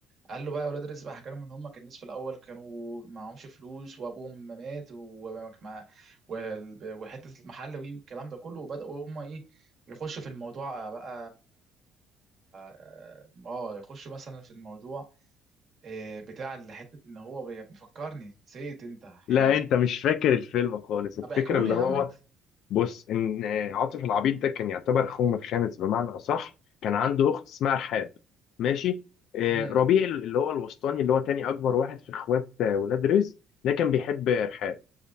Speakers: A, on the right (about 40°); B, on the left (about 65°).
A: قال له بقى يا ولاد رزق بقى حكى لهم ان هم كان الناس في الاول كانوا معهمش فلوس وابوهم ما مات وما- ما- وال- وحته المحل وي- والكلام ده كله وبداوا هم ايه يخشوا في الموضوع بقى اه آه، يخشوا مثلا في الموضوع آه، بتاع اللي حته ان هو بي- بيفكرني نسيت انت
B: لا
A: ايه
B: انت مش فاكر الفيلم خالص الفكره
A: طب احكوا
B: اللي
A: لي يا
B: هو
A: عم انت
B: بص ان عاطف العبيد ده كان يعتبر اخوهم الخامس بمعنى اصح كان عنده اخت اسمها رحاب ماشي آه،
A: امم
B: ربيع اللي هو الوسطاني اللي هو تاني اكبر واحد في اخوات آه، ولاد رزق ده كان بيحب رحاب